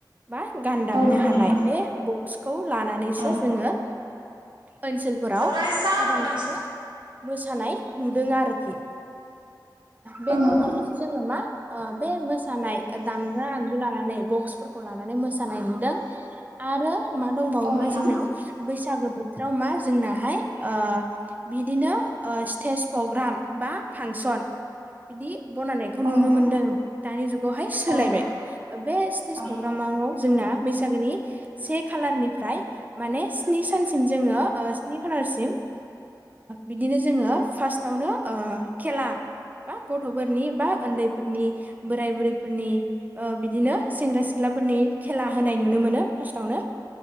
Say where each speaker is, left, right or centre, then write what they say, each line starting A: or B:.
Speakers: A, on the right; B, on the right.
A: बा गान दामनो
B: औ नंगौ
A: हानाय
B: नोंथां
A: बे बक्सखौ लानानैसो
B: औ
A: जोङो ओनसोलफोराव
B: फरायसा
A: गोबांखौनो
B: फरायसु
A: मोसानाय नुदों आरोखि बेनि
B: औ नोंथां
A: उनावहाय जोङो मा बे मोसानाय दामग्रा आगजु लानानै बक्सफोरखौ लानानै मोसानाय नुदों आरो मा दंबावो
B: औ नोंथां
A: मा जोंनाव बैसागो बोथोराव मा जोंनाहाय ओ बिदिनो स्टेज प्रग्राम बा फांसन बिदि बनायनायखौ
B: औ
A: नुनो
B: नोंथां
A: मोन्दों दानि जुगावहाय सोलायबाय
B: औ नोंथां
A: बे स्टेज
B: औ
A: प्रग्रामाव जोंना बैसागोनि से खालारनिफ्राय माने स्नि सानसिम जोङो स्नि खालारसिम बिदिनो जोङो फार्स्टआवनो खेला बा गथ'फोरनि बा उन्दैफोरनि बोराय बुरैफोरनि बिदिनो सेंग्रा सिख्ला फोरनि खेला होनाय नुनो मोनो फार्स्टआवनो